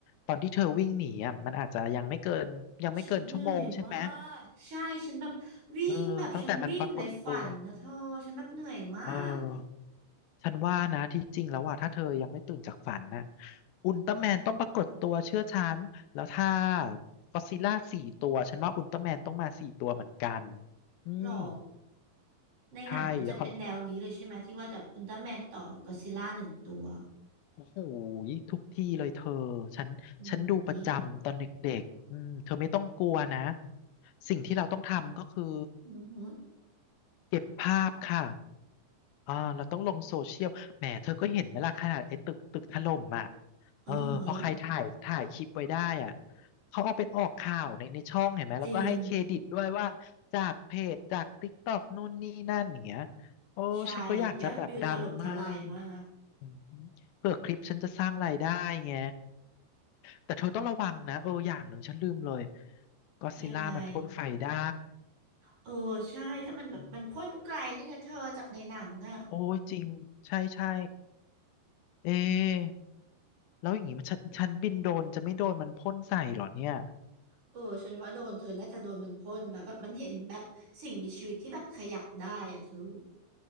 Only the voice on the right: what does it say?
ฉันเหนื่อยมากใช่ฉันแบบวิ่งแบบฉันวิ่งในฝันนะเธอฉันแบบเหนื่อยมากอะ
หรอในหนังมันจะเป็นแนวนี้เลยใช่ไหมที่ว่าแบบอุลตร้าแมนต่อแบบก็อดซิลล่าหนึ่งตัว
อุ้ย
อือฮึ
อือฮึ
จริง
ใช่ยอดวิวถล่มทลายมาก
ยังไง เออใช่ถ้ามันแบบมันพ่นไกลด้วยนะเธอจากในหนังอ่ะ
เออฉันว่าโดนเธอน่าจะโดนมันพ่นมาแบบมันเห็นแบบสิ่งมีชีวิตที่แบบขยับได้อะเธอ